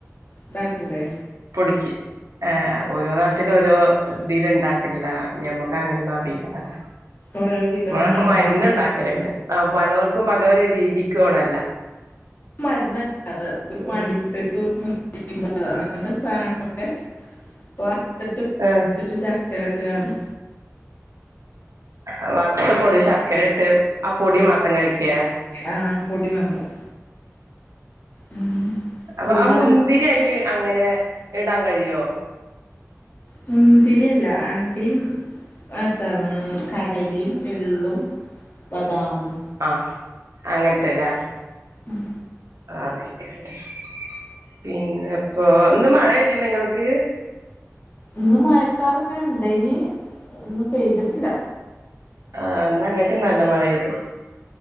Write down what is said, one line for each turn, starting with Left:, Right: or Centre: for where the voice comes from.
Left: ഇതാക്കുലെ
Right: പൊടിക് ഏഹ് ഓരോ നാട്ടിലും ഓരോ ഇതില് ഇണ്ടാക്ക്‌ലല്ലേ ഞമ്മക്ക് അങ്ങനെ ഒന്നും അറീല അതാ
Left: ഓരോ വിധം
Right: ഇവിടഒക്കെ
Left: ആഹ്
Right: മരുന്ന് ഇണ്ടാക്കല്ണ്ട് ആ പലോർക്കും പലോരെ രീതിക്കും ആണ്
Left: മരുന്നല്ലത് <unintelligible>
Right: ഉം
Left: <unintelligible> വർത്ത്ട്ട് പൊട്ച്ച്ട്ട്
Right: ഏഹ്
Left: ചക്കരട്ട്കാണ്ട്
Right: അ വർത്ത് പൊടി ശർക്കര ഇട്ട് ആ പൊടി മാത്രം കഴിക്കെ
Left: ആഹ് പൊടി മാത്രം ഉം
Right: അപ്പൊ
Left: കൂടുതൽ
Right: ആ മുന്തിരി അയില് അങ്ങനെ ഇടാൻ കഴിയോ
Left: മുന്തിരില്ല അണ്ടിയും എത്താണ് കടലിം എള്ളും ബദാമും
Right: ആഹ് അങ്ങൻത്തെല്ലേ
Left: ഉം
Right: ആയിക്കോട്ടെ പിന്നെപ്പൊ ഇന്ന് മഴയ്തീന്നാ ഇങ്ങൾക്ക്
Left: ഇന്ന് മഴക്കാറിങ്ങനെണ്ടെനി ഇന്ന് പെയ്തിട്ടില്ല
Right: ആന്നാ ഇങ്ങക്ക് നല്ല മഴപെയ്ത്